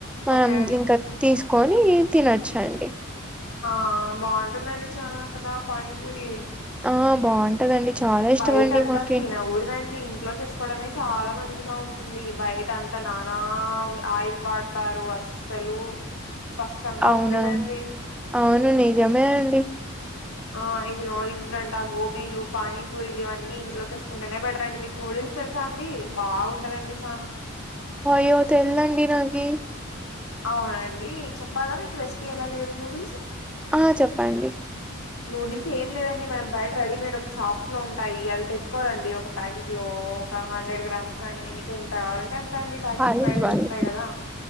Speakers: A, in the centre; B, on the left.
A: మనం
B: ఓకే
A: ఇంకా తీసుకొని తినొచ్చండి,
B: ఆ బాగుంటుందండి చనా కదా పానీపూరి,
A: ఆ బాగుంటదండి, చాలా ఇష్టం
B: బయట
A: అండి
B: అంతా
A: మాకి
B: తినకూడదండి ఇంట్లో చేసుకోవడమే చాలా మంచిగా ఉంటుంది బయట అంతా నానా ఆయిల్ వాడతారు అస్సలు, స్పష్టంగా
A: అవునవును
B: ఉండదండి.
A: అవును నిజమే అండి
B: ఆ ఇది నోడిల్స్డంట, ఆ గోబీలు, పానీపూరిలు ఇవన్నీ ఇంట్లో చేసుకుంటేనే బెటర్ అండి మీకు నోడి తెలుసా అండి బాగుంటదండి చనా
A: అయో తెలవదండి నాకి,
B: అవునండి చెప్పాలా మీకు రెసిపీ ఎలా చేయాలో నూడిల్స్,
A: ఆ చెప్పండి
B: నూడిల్స్ ఏం లేదండి మనం బయట రెడీమేడ్ ఒక షాప్స్ లో ఉంటాయి, అవి తెచ్చుకోవాలండి ఒక ప్యాకెట్ లో ఒక హండ్రెడ్ గ్రామ్స్, కానీ నీకు ఎంత కావాలంటే అంత అండీ ప్యాకెట్స్
A: కాలేజ్
B: బైట
A: వాళ్ళు
B: దొరుకుతాయి, కదా